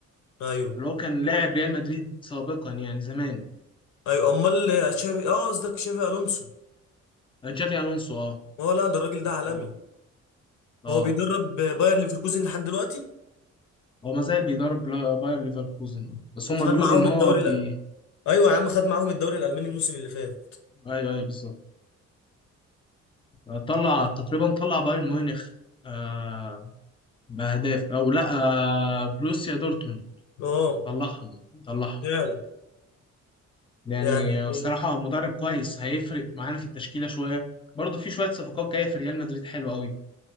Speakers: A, on the left; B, on the left.
A: ايوه
B: اللي هو كان لاعب ريال مدريد سابقا يعني زمان
A: ايوه امال تشافي اه قصدك تشافي الونسو
B: جافي الونسو اه
A: هو لا ده الراجل ده عالمي
B: اه اه
A: هو بيدرب باير
B: آه.
A: ليفركوزن لحد دلوقتي
B: هو ما زال بيدرب لا- باير ليفركوزن آه. بس هم
A: خد
B: بيقولوا
A: معاهم
B: ان
A: الدوري
B: هو بي
A: الألماني ايوه يا عم خد معاهم الدوري الالماني الموسم اللي فات
B: ايوه ايوه بالظبط آه، طلع تقريبا طلع بايرن ميونخ آه باهداف او لا آه بروسيا دورتموند
A: اه
B: طلعهم طلعهم
A: فعلا
B: يعني
A: يعني
B: بصراحة مدرب كويس هيفرق معانا في التشكيلة شوية برضه في شوية صفقات جاية في ريال مدريد حلوة قوي